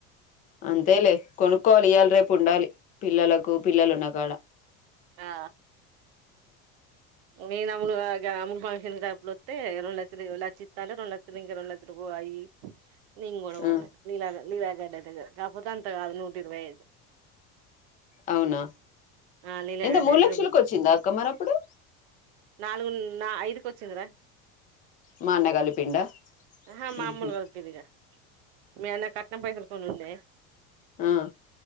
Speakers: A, on the left; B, on the right.
A: అంతేలే కొనుక్కోవాలి ఇయాలి రేపు ఉండాలి పిల్లలకు పిల్లలు ఉన్న కాడ
B: ఆ నేను అములు అమ్మ ఫంక్షన్ డపులు వస్తే రెండు లక్షలు ఓ లచ్చ ఇస్తా అంటే రెండు లక్షలు ఇంకా రెండు లక్షలు పోయి ని గుడా పోన్లే
A: ఆ
B: నీలాగే నీలాగే కపోత అంతగా లేదు నూటి ఇరవై ఐదు
A: అవునా
B: ఆ లీలాగది
A: ఎంత మూడు
B: ఎదురుంగా
A: లక్షలకు వచ్చిందా అక్క మరప్పుడు
B: నాలుగు నా ఐదుకు వచ్చింద్ర
A: మా అన్న కలిపిండా
B: హ మామూలుగాలుతదిగ
A: ఉహు
B: మి అన్న కట్నం పోయసక ఉన్న
A: ఆ